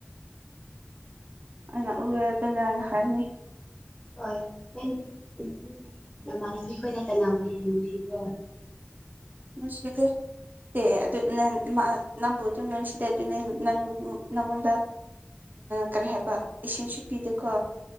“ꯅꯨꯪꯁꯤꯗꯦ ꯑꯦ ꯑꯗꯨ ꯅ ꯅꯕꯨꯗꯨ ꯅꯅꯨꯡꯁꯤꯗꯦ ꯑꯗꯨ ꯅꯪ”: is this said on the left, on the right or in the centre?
Right